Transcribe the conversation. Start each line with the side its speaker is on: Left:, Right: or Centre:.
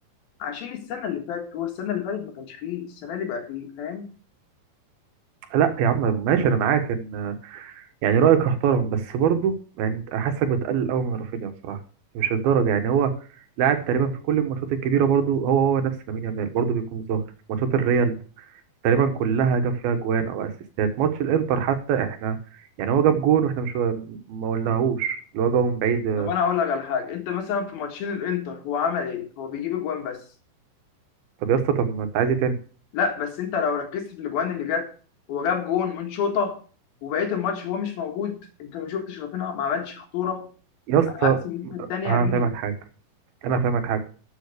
Left: عشان السنه اللي فاتت هو السنه اللي فاتت ما كانش فيه السنه دي بقى فيه فاهم
Right: لا يا عم ماشي انا معاك ان يعني رايك محترم بس برضه يعني انت حاسك بتقلل قوي من رافينيا بصراحه مش الدرجه يعني هو لاعب تقريبا في كل الماتشات الكبيره برضه هو هو نفس لامين يامال برضه بيكون ظاهر في ماتشات الريال تقريبا كلها جاب فيها جوان او اسيستات ماتش الانتر حتى احنا يعني هو جاب جون واحنا مش ما قلناهوش اللي هو جابه من بعيد
Left: طب انا اقول لك على حاجه انت مثلا في ماتشين الانتر هو عمل ايه هو بيجيب اجوان بس
Right: طب يا اسطى طب ما انت عايز إيه تاني
Left: لا بس انت لو ركزت في الاجوان اللي جت هو جاب جون من شوطه وبقيه الماتش هو مش موجود انت ما شفتش رافينيا ما عملش خطوره
Right: يا اسطى
Left: على عكس الناحيه الثانيه
Right: هفهمك
Left: يمين يامال
Right: حاجه انا هفهمك حاجه